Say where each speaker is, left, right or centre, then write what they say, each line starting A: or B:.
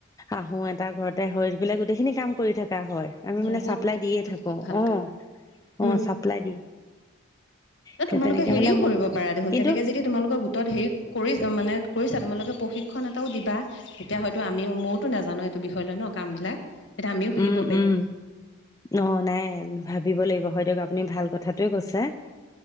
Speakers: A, on the left (about 15°); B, on the left (about 65°).
A: অহ <unintelligible> এটা ঘৰতে হৈ বোলে গোটেইখিনি কাম কৰি থাকা হয়। আমি মানে
B: বহুত
A: চাপ্লাই দিয়ে
B: এইটো
A: থাকো
B: বহুত ভাল
A: অ'
B: কাম
A: অ'
B: উম
A: চাপ্লাই দি
B: <unintelligible>
A: তে
B: তোমালোকে
A: তেনেকে
B: হেৰিও
A: হলে
B: কৰিব
A: মোক
B: পাৰা দেখোন
A: কিন্তু
B: তেনেকে যদি তোমালোকৰ গোটত হেৰি কৰি মানে কৰিছা তোমালোকে প্ৰশিক্ষণ এটাও দিবা তেতিয়া হয়তো আমিও মওতো নাজানো এইটো বিষয় লৈ ন' কাম বিলাক তেতিয়া আমিও শিকিব
A: উম
B: পাৰিম।
A: উম অ, নাই ভাবিব লাগিব হয় দিয়ক আপুনি ভাল কথাটোৱে কৈছে।